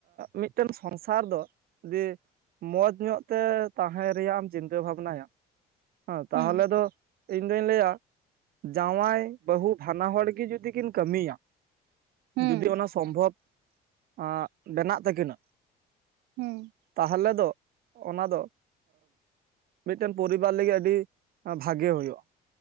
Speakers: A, on the right; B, on the right.
A: ᱢᱤᱫᱴᱮᱱ ᱥᱚᱝᱥᱟᱨ ᱫᱚ ᱫᱮ ᱢᱚᱸᱡᱽ ᱧᱚᱜ ᱛᱮ ᱛᱟᱦᱮᱸ ᱨᱮᱭᱟᱜ ᱮᱢ ᱪᱤᱱᱛᱟᱹ ᱵᱷᱟᱵᱽᱱᱟᱭᱟ᱾ ᱦᱮᱸ ᱛᱟᱦᱚᱞᱮ
B: ᱦᱩᱸ
A: ᱫᱚ ᱤᱧᱫᱩᱧ ᱞᱟᱹᱭᱟ᱾ ᱡᱟᱶᱟᱭ ᱵᱟᱹᱦᱩ ᱵᱟᱱᱟ ᱦᱚᱲ ᱜᱮ ᱡᱩᱫᱤ ᱠᱤᱱ ᱠᱟᱹᱢᱤᱭᱟ᱾
B: ᱦᱩᱸ
A: ᱡᱚᱫᱤ ᱚᱱᱟ ᱥᱚᱢᱵᱷᱚᱵᱽ ᱮ ᱵᱮᱱᱟᱜ ᱛᱟᱹᱠᱤᱱᱟ᱾
B: ᱦᱩᱸ
A: ᱛᱟᱦᱚᱞᱮ ᱫᱚ ᱚᱱᱟ ᱫᱚ ᱢᱤᱫᱴᱮᱱ ᱯᱚᱨᱤᱵᱟᱨ ᱞᱟᱹᱜᱤᱫ ᱟᱹᱰᱤ ᱵᱷᱟᱜᱮ ᱦᱩᱭᱩᱜᱼᱟ᱾